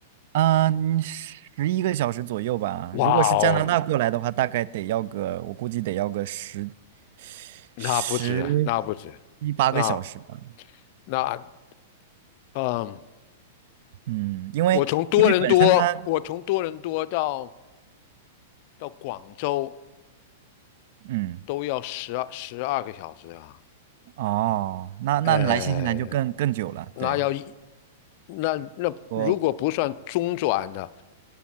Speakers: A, on the right (about 60°); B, on the left (about 50°).
A: 啊，嗯十一个小时左右吧。
B: 哇哦，
A: 如果是加拿大过来的话，大概得要个，我估计得要个十
B: 那不止啊，
A: 十
B: 那不止，
A: 一八个小时吧。
B: 那那嗯，
A: 嗯，因为因为本身它，
B: 我从多伦多，我从多伦多到到广州
A: 嗯，
B: 都要十二十二个小时啊，
A: 哦，那那来新西兰就更更久了，
B: 呃，那要一
A: 对，
B: 那那如果不算中转的，
A: 我